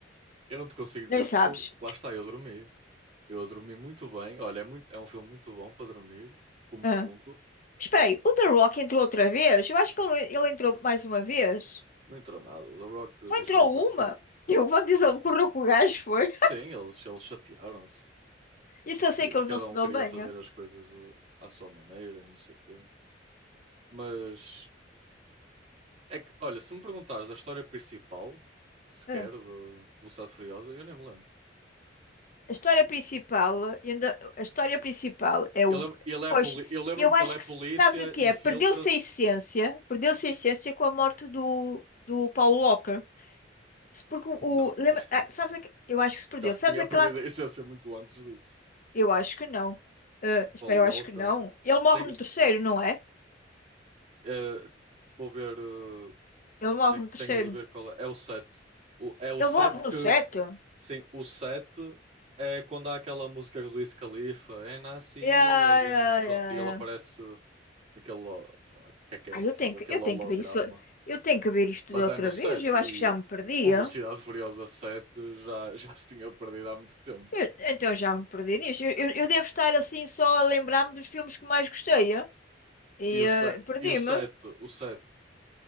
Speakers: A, on the right (about 35°); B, on the left (about 45°).
A: Eu não te consigo dizer
B: Nem
A: porque
B: sabes.
A: eu, lá está, eu dormi. Eu dormi muito bem. Olha, é, muito, é um filme muito bom para dormir, como
B: Ah.
A: fundo.
B: Espera aí, o The Rock entrou outra vez? Eu acho que ele, ele entrou mais uma vez.
A: Não entrou nada. The Rock
B: Só
A: deixou
B: entrou
A: de aparecer.
B: uma? <laughs> E o Vandizão o que o gajo, foi.
A: Sim, eles, eles chatearam-se,
B: Isso
A: porque
B: eu sei
A: queri-
B: que ele
A: cada
B: não se
A: um
B: dão
A: queria
B: bem.
A: fazer
B: é?
A: as coisas uh, à sua maneira e não sei o quê. Mas, é que, olha, se me perguntares a história principal, sequer,
B: É.
A: de Velocidade Furiosa, eu nem me lembro.
B: A história principal, ainda- a história principal é
A: Ele,
B: o.
A: é- ele é
B: Pois,
A: poli... Eu lembro-me
B: eu
A: que
B: acho
A: ele é polícia,
B: que sabes o que
A: infiltra-se.
B: é? Perdeu-se a essência, perdeu-se a essência com a morte do, do Paul Walker. Se- Porque o.
A: Não,
B: o- lembra-
A: acho que não.
B: ah, sabes aque- eu acho que se perdeu.
A: Já se
B: Sabes
A: tinha
B: aquele
A: perdido
B: ato?
A: a essência muito antes disso.
B: Eu acho que não. Ah, espera,
A: Paul
B: eu
A: Walker.
B: acho que não. Ele morre
A: Tem,
B: no terceiro, não é?
A: eh, vou ver. eh,
B: Ele morre
A: tenho,
B: no terceiro.
A: tenho de ver qual é. É o 7. O, é o
B: Ele
A: 7
B: morre no
A: que.
B: sete. Yeah,
A: Sim, o 7 é quando há aquela música do Wiz Khalifa. And I see
B: yeah,
A: you again.
B: yeah,
A: Pronto, e
B: yeah.
A: ele aparece aquele. O que é que é
B: Ah,
A: aquilo?
B: eu tenho que,
A: Aquele
B: eu tenho
A: holograma.
B: que ver isso. Eu tenho que ver isto
A: Mas
B: tudo outra
A: é no 7.
B: vez. Eu
A: E
B: acho que já me perdia.
A: o Velocidade Furiosa 7 já, <laughs> já se tinha perdido há muito tempo.
B: Eu- então já me perdi nisto. Eu, eu- eu devo estar assim só a lembrar-me dos filmes que mais gostei. eh? E
A: E o
B: eh,
A: 7,
B: perdi-me.
A: e o 7, o 7,